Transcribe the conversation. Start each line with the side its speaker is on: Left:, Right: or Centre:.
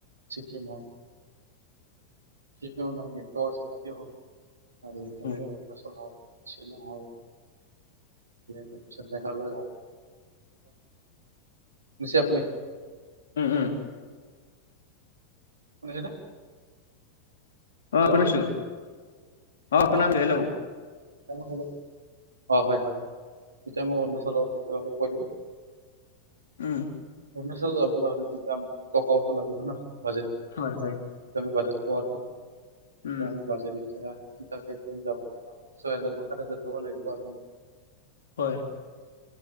Right: চিকিম হ'ল সেইটো আমাৰ আছে কাতি হ'ল আৰু ইইফালে
Left: উম,
Right: অৰুণাচল হ'ল। শ্বিলং হ'ল, তাৰপিছত মেঘালয় হওক। নিশ্চয় আপুনি
Left: উম, উম।
Right: শুনিছেনে?
Left: অ,
Right: হেল্ল'
Left: শুনিছো, অ, শুনিছোঁ হেল্ল'।
Right: হেল্ল। হয়- হয়- হয়, এতিয়া মই অৰুণাচলৰ ভিতৰলৈ কৈ দিম।
Left: উম।
Right: অৰুণাচল যাবলৈ হ'লে কিন্তু আমাক টকাওতো লাগিব না। বাজেট
Left: হয়,
Right: মানে
Left: হয়।
Right: এতিয়া আমি বাজেট কওঁ আৰু তোমাক ন,
Left: উম,
Right: এতিয়া আমি বাজেট ইচ্ছা একদিন‌ যাব নাপাওঁ, ছয় হাজাৰ বা সাত হাজাৰ টকা লাগিব আৰু ন।
Left: হয়।